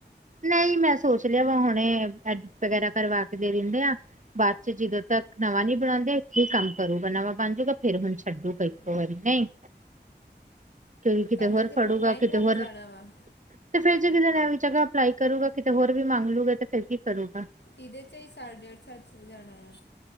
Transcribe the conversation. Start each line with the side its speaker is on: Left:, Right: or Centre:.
Right: ਨਹੀਂ ਮੈਂ ਸੋਚ ਲਿਆ ਵਾ ਹੁਣੇ ਐਡਿਟ ਵਗੈਰਾ ਕਰਵਾ ਕੇ ਦੇ ਦਿੰਦੇ ਆ। ਬਾਅਦ 'ਚ ਜਦੋਂ ਤੱਕ ਨਵਾਂ ਨੀ ਬਣਾਉਂਦੇ ਇੱਥੇ ਹੀ ਕੰਮ ਕਰੂਗਾ ਨਵਾਂ ਬਣਜੂਗਾ ਫੇਰ ਹੁਣ ਛੱਡੂਗਾਈ। ਹੋਰ ਨਹੀਂ ਕਿਉਕਿ ਕਿਤੇ
Left: ਤਦ
Right: ਹੋਰ
Left: ਤੱਕ ਤੇ
Right: ਫੜੂਗਾ
Left: ਬਹੁਤ ਟਾਈਮ
Right: ਕਿਤੇ
Left: ਲੱਗ
Right: ਹੋਰ
Left: ਜਾਣਾ ਵਾ
Right: ਤੇ ਫੇਰ ਜੇ ਕਿ ਜਗ੍ਹਾ ਅਪਲਾਈ ਕਰੂਗਾ ਕਿਤੇ ਹੋਰ ਵੀ ਮੰਗ ਲੂਗਾ ਤੇ ਫਿਰ ਕੀ ਕਰੂਗਾ।
Left: ਇਹਦੇ 'ਚ ਹੀ ਸਾਲ ਡੇਢ ਸਾਲ ਚਲਾ ਜਾਣਾ ਆ।